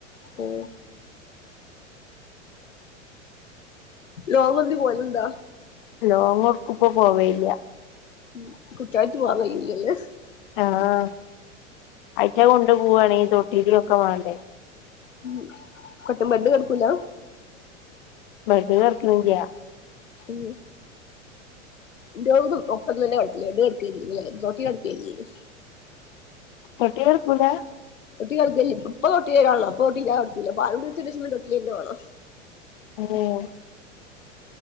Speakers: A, on the left; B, on the left.
A: ഏ ലോങ് എന്നേലും പോവല്ണ്ടൊ
B: ലോങ് ഒട്ക്കുപ്പൊ പോവേലില്ല
A: ഉംഹ് കുട്ട്യാളയിട്ട് പോവാൻ കയ്യൂലല്ലൊ
B: ആഹ് അയിറ്റ കൊണ്ട് പോവാനാണെ ഈ തൊട്ടിലി ഒക്കെ മാണ്ടേ.
A: ഉം കട്ട് ബെഡ് കെട്ക്കൂല.
B: ബെഡ് കെട്ക്ക്ണ്ല്ല്യ.
A: ഉം ന്റോളും ഒപ്പ ഒപ്പത്തന്നേ കെട്ക്ക ബെഡി കെട്ക്കേല്ല തോട്ടി കെടക്കേല്ലേയ്നു.
B: തൊട്ടീ കെട്ക്കൂല.
A: തൊട്ടി കെടക്കല്ല്യ ഇപ്പൊ തൊട്ടീലിടണം ഇപ്പൊ തൊട്ടില്ലാതെട്ക്കൂല പാലുടി നിർത്തിന്റേഷം തൊട്ടിലിന്നെ വാണം.
B: ഓഹ്.